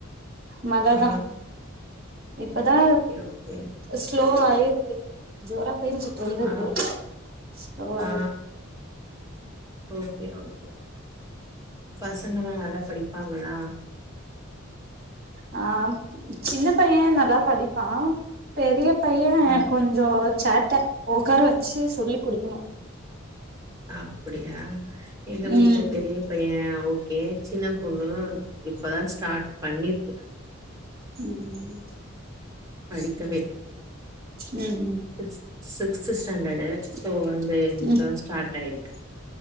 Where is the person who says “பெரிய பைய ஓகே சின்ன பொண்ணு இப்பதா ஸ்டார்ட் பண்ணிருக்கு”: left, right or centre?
Right